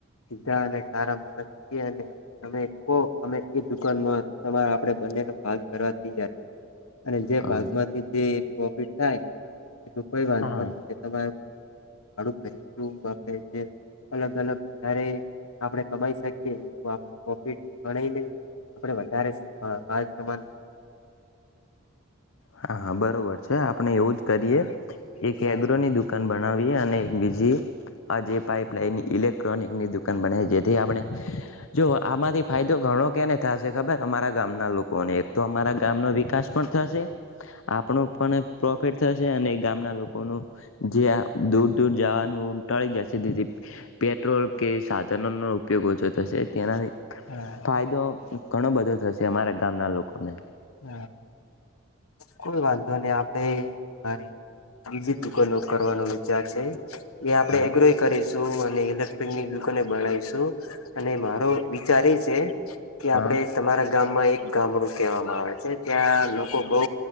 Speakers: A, on the left; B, on the left.
A: સધ અનેને સારા મા. તમે કો અમે એ દુકાનમાં તમારા આપે બંનેનો ભાગ ભરથી યાર. અને જે
B: હા
A: ભાગ માંથી જે. પ્રોફિટ થાય. એટલું કોઈ વાંધ.
B: હા
A: ાડું ભરી આપ જે અલગ અલગ વધારે. આપડણે કમાઈ શકીએ. ફિટ ગણને આપડે વધારે સમાન.
B: હા હા બરોબર છે આપણે એવું જ કરીએ.
A: હા
B: એક
A: હા
B: એગ્રોની દુકાન બનાવીએ અને એક બીજી આ જે પાઇપલાઈન ઇલેક્ટ્રોનિકની દુકાન બનાવી જેથી આપણે જો આમાંથી ફાયદો ઘણો કોને થશે ખબર અમારા ગામના લોકોને તો અમારા. ગામ નો વિકાસ પણ થશે આપણો પણ પ્રોફિટ થશે અને ગામના લોકો. જે દૂર દૂર જવાનું ટાળી જશેથી પેટ્રોલ કે સાધનો નો ઉપયોગ ઓછો થશે તેનાથી
A: હા
B: ફાયદો ઘણો બધો થશે અમારા ગામના લોકોને.
A: હ કોઈ વાંધો ન આપડે મારી વિવિધ દુકાનો કરવાનો વિચાર છે એ આપડણે
B: હા
A: એગ્રોય કરીશ અને ઇલેક્ટ્રોનિકની દુકાન બનાવીશું અને મારો વિચાર એ છે કે
B: હા
A: આપડે તમારા ગામમાં એક ગામડું કહેવામાં આવે છે ત્યાં લોકો બહુ